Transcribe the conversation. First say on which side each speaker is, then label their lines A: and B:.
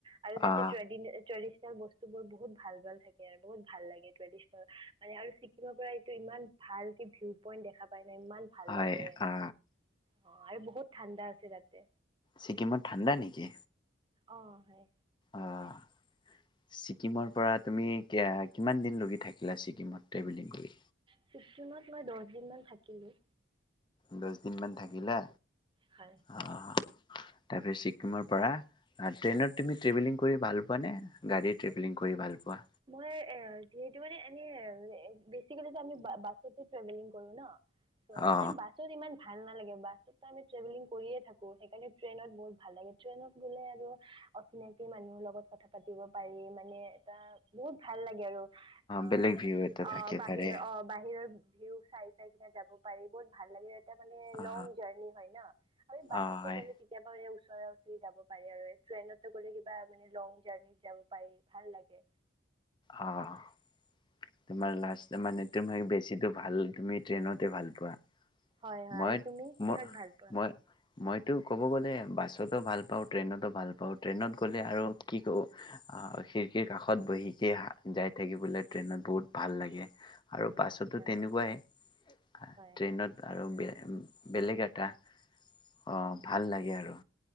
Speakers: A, on the right (about 25°); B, on the left (about 25°).
A: আৰু তাতে
B: অ
A: জই ট্ৰেডিচনেল বস্তুবোৰ বহুত ভাল ভাল থাকে আৰু বহুত ভাল লাগে ট্ৰেডিচনেল, মানে আৰু ছিকিমৰ পৰা এইটো ইমান ভালকে ভিউ পইণ্ট দেখা পাইছে। ইমান ভাল
B: হয়
A: লাগে।
B: অ
A: অ আৰু বহুত ঠাণ্ডা আছে তাতে।
B: ছিকিমত ঠাণ্ডা নেকি
A: অ' হয়।
B: অ', ছিকিমৰ পৰা তুমি কিআ-কিমান দিনলৈকে থাকিলা ছিকিমত? ট্ৰেভেলিং কৰি
A: ছিকিমত মই দহ দিনমান থাকিলোঁ।
B: দচদিনমান থাকিলা?
A: হয়।
B: অ তাৰপিছত ছিকিমৰ পৰা, ট্ৰেইনত তুমি ট্ৰেভেলিং কৰি ভাল পোৱানে, গাড়ী ট্ৰেভেলিং কৰি ভাল পোৱা?
A: মই, এ যিহেতু মানে এনে এ বেচিকেলিটো আমি বা-বাছতে ট্ৰেভেলিং কৰোঁ ন। চ'
B: অ
A: মানে বাছত ইমান ভাল নালাগে, বাছত তাৰমানে ট্ৰেভেলিং কৰিয়ে থাকোঁ। সেইকাৰণে ট্ৰেইনত বহুত ভাল লাগে, ট্ৰেইনত গ'লে আৰু অচিনাকি মানুহৰ লগত কথা পাতিব পাৰি, মানে এটা বহুত ভাল লাগে আৰু। অ',
B: বেলেগ ভিউ এটা
A: অ',
B: থাকে
A: বাহিৰ
B: তাৰে
A: অ', বাহিৰৰ ভিউ চাই চাই কেনে যাব পাৰি, বহুত ভাল লাগে তাৰমানে
B: অ
A: লং জাৰ্নি হয় ন, আমি বাছতটো
B: অ হয়
A: গ'লে কেতিয়াবা এয়া ছয় উঠি যাব পাৰে আৰু এই ট্ৰেইনতটো গ'লে কিবা মানে লং জাৰ্নিত যাব পাৰি, ভাল লাগে।
B: অ', তোমাৰ লাষ্ট মানে, তুমি বেছিতো ভাল তুমি ট্ৰেইনতে ভাল পোৱা।
A: হয় হয়
B: মই
A: আৰু তুমি
B: মই
A: কিহত ভাল পোৱা?
B: মই মইতো ক'ব গ'লে বাছতো ভাল পাওঁ, ট্ৰেইনতো ভাল পাওঁ, ট্ৰেইনত গ'লে আৰু কি কওঁ, আ খিৰিকীৰ কাষত বহি যি হা, যাই থাকিবলৈ ট্ৰেইনত বহুত ভাল লাগে। আৰু বাছতো
A: আচ্ছা
B: তেনেকুৱাই, আ
A: হয়
B: ট্ৰেইনত আৰু বে উম, বেলেগ এটা
A: অঁ
B: অ', ভাল লাগে আৰু